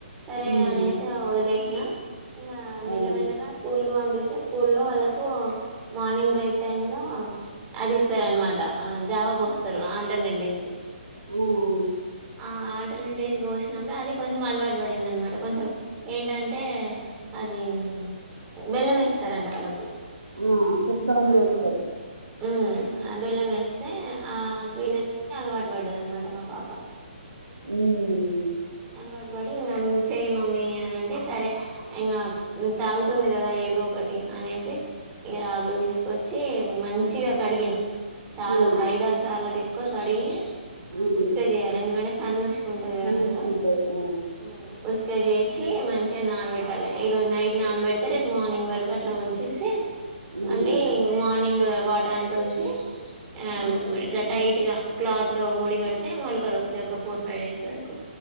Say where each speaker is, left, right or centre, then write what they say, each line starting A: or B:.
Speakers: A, on the right (about 15°); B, on the right (about 75°).
A: సరే
B: ఉమ్
A: అనేసి వదిలేసిన ఇంగ మెల్లమెల్లగా
B: అదే
A: స్కూల్కి పంపిస్ తే స్కూళ్ళో వాళ్లక్ కు మార్నింగ్ బ్రేక్ టైం లో అది ఇస్తారన్నమాట అ జావా పోస్తారు ఆల్డ్ న్ని డేస్
B: మ్
A: ఆ ఆల్టర్నేట్ డేస్ పోసినప్పుడు అది కొంచెం అలవాటు పడిందన్నమాట కొంచం ఏంటంటే అద్ మ్ బెల్లం వేస్తారంట వాళ్ళకు
B: అ కొంతమందే
A: ఉమ్
B: చేస్తారు
A: ఉమ్ ఆ బెల్లం వేస్తే ఆ శీనేస్ కి అలవాటు పడ్డది అనమాట మా పాప
B: హుమ్
A: అలవాటుపడి ఇం చై మామ్మి అనంటే సరే ఇంగ తాగుతుంది కదా ఏదో ఒకటి అనేసి ఇగ రాగులు తీసుకొచ్చి మంచిగా కడిగిన చాలు
B: ఉమ్
A: ఒక ఐదారుసార్లకు ఎక్కువ కడిగి ఆ
B: ఉమ్
A: ఊసుక చేయాలి ఎందుకంటే సన్నుష్ ంటది కదా
B: సన్నసుకుంటది
A: అందులో
B: ఆ
A: మ్ ఉసుక చేసి మంచిగా నానబెట్టాలే ఈ రోజు నైట్ ననబెడితే రేపు మార్నింగ్ వరకు అట్లా ఉంచేసి
B: ఉమ్
A: మళ్ళీ మార్నింగ్ వట్ ప్రాంతంచి ఆ
B: ఉమ్
A: ఇట్లా టైట్
B: ఉమ్
A: గా క్లాత్ త్ ళ్ళో ముడి కడితే మొలకలోస్తాయి ఒక ఫోర్ ఫైవ్ డేస్ వరకు